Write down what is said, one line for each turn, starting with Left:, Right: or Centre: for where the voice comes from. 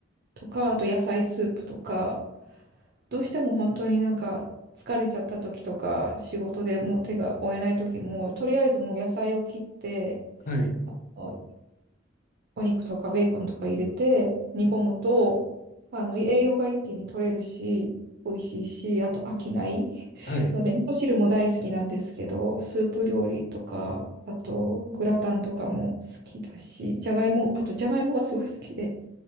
Right: とか、あと野菜スープとか、どうしても本当になんか疲れちゃった時とか仕事でもう手が負えない時もとりあえずもう野菜を切って
Left: はい、
Right: おお肉とかベーコンとか入れて煮込むとあの栄養が一気に取れるし美味しいしあと飽きない <laughs>
Left: はい。
Right: ので味噌汁も大好きなんですけどスープ料理とかあとグラタンとかも好きだしじゃがいもあとじゃがいもがすごい好きで